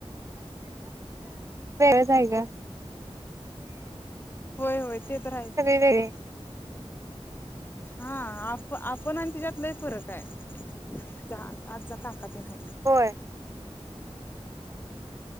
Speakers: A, on the right; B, on the left.
A: वेळ आहे का?
B: होय होय ते तर आहेच.
A: वेगळी
B: हा आप आपण आणि तिच्यात लय फरक हाय. जा आत जा काका तेन आहेत.
A: होय